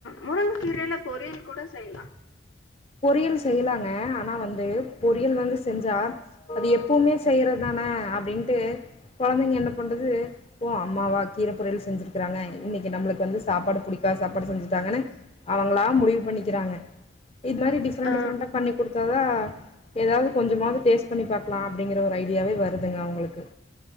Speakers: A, on the left; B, on the left.
A: முருங் கீரையில பொரியல் கூட செய்லா
B: பொரியல் செய்லாங்க ஆனா வந்து பொரியல் வந்து செஞ்சா அது எப்பவுமே செய்யறதுதானே அப்டின்ட்டு கொழந்தைங்க என்ன பண்றது ஓ அம்மாவா கீர பொரியல் செஞ்சிருக்கறாங்க இன்னைக்கு நம்மளுக்கு வந்து சாப்பாடு புடிக்கா சாப்பாடு செஞ்சுட்டாங்கன்னு அவங்களா முடிவு பண்ணிக்கிறாங்க இது மாரி டிஃரெண்ட்
A: ஆ
B: டிஃரெண்ட்ட பண்ணி கொடுத்தாதா ஏதாவது கொஞ்சமாவ பண்ணி பாக்கலா அப்டிங்கிற ஒரு ஐடியாவே வருதுங்க அவுங்களுக்கு